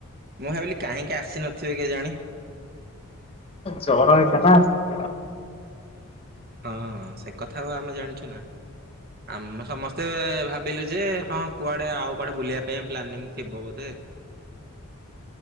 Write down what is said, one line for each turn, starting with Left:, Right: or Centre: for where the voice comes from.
Right: ମୁଁ ଭାବିଲି କାହିଁକି ଆସି ନଥିବେ କେଜାଣି।
Left: ଜର ଏଇଥିଲା ପା ଆସଥିବ।
Right: ହଁ ସେ କଥା ଆମେ ଜାଣିଛୁ ନା ଆମେ ସମସ୍ତେ ଭାବିଲୁ ଯେ ହଁ କୁଆଡେ ଆଉ କୁଆଡେ ବୁଲିବା ପାଇଁ ପ୍ଲାନିଂ ଥିବ ବୋଧେ